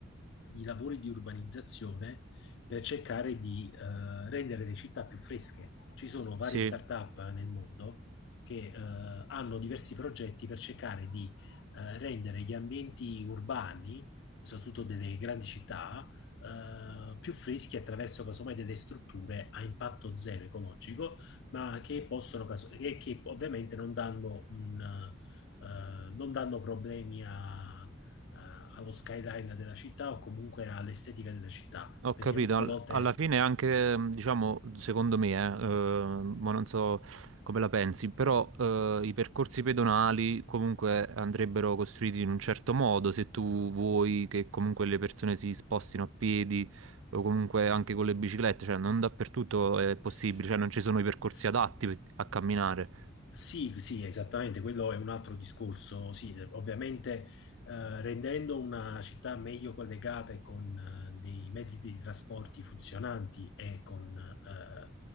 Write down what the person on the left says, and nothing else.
di lavori di urbanizzazione per cercare di eh, rendere le città più fresche. Ci sono varie
start-up nel mondo che eh, hanno diversi progetti per cercare di eh, rendere gli ambienti urbani, soprattutto delle grandi città, eh, più freschi attraverso casomai delle strutture a impatto zero ecologico, ma che possono, caso- e che ovviamente non danno un, eh, non danno problemi a allo skyline della città o comunque all'estetica della città,
perché
molte
volte
s-
s-
sì, sì, esattamente, quello è un altro discorso, sì, ovviamente eh, rendendo una città meglio collegata e con eh, dei mezzi di trasporti funzionanti e con, eh,